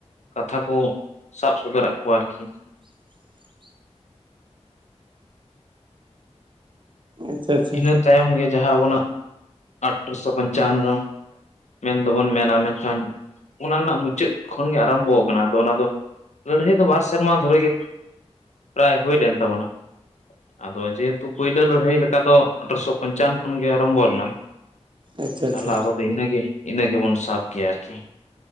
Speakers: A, on the left (about 80°); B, on the right (about 45°).
A: ᱠᱟᱛᱷᱟ ᱠᱚ ᱥᱟᱵ ᱥᱚᱫᱚᱨᱟᱜ ᱠᱚᱣᱟ ᱟᱨᱠᱤ
B: <inaudible> ᱟᱪᱪᱷᱟ ᱟᱪᱷᱟ᱾
A: ᱤᱱᱟᱹ ᱛᱟᱭᱚᱢ ᱜᱮ ᱡᱟᱦᱟᱸ ᱟᱵᱚᱱᱟᱜ ᱟᱴᱷᱨᱚᱥᱚ ᱯᱚᱧᱪᱟᱱᱱᱚᱼᱼ ᱢᱮᱱ ᱫᱚᱵᱚᱱ ᱢᱮᱱᱟ ᱢᱮᱱᱠᱷᱟᱱ ᱚᱱᱟ ᱨᱮᱱᱟᱜ ᱢᱩᱪᱟᱹᱫ ᱠᱷᱚᱱ ᱜᱮ ᱟᱨᱟᱢᱵᱚᱣ ᱠᱟᱱᱟ ᱟᱫᱚ ᱚᱱᱟ ᱫᱚᱼᱼ ᱞᱟᱹᱲᱦᱟᱹᱭ ᱫᱚ ᱵᱟᱨ ᱥᱮᱨᱢᱟ ᱫᱷᱚᱨᱮ ᱜᱮᱼᱼ ᱯᱨᱟᱭ ᱦᱩᱭ ᱞᱮᱱ ᱛᱟᱵᱚᱱᱟ, ᱟᱫᱚ ᱡᱮ ᱦᱮᱛᱩ ᱯᱩᱭᱞᱟᱹ ᱞᱟᱹᱲᱦᱟᱹᱭ ᱞᱮᱼᱼ ᱠᱟ ᱫᱚ ᱟᱴᱷᱨᱚᱥᱚ ᱯᱚᱧᱪᱟᱱ ᱠᱷᱚᱱ ᱜᱮ ᱟᱨᱟᱢᱵᱚ ᱞᱮᱱᱟ,
B: ᱟᱪᱪᱷᱟ
A: ᱛᱟᱦᱚᱞᱮ
B: ᱟᱪᱪᱷᱟ
A: ᱟᱵᱚᱼᱼ ᱤᱱᱟᱹ ᱜᱮ ᱤᱱᱟᱹ ᱜᱮᱵᱚᱱ ᱥᱟᱵ ᱠᱮᱜ-ᱟ ᱟᱨᱠᱤ᱾